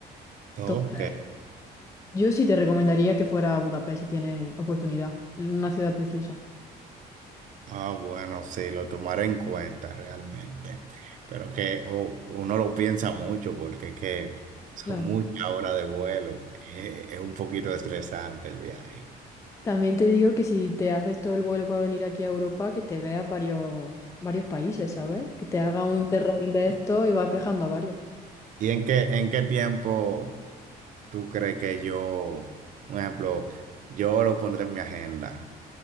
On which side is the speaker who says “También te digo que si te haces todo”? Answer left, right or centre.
Left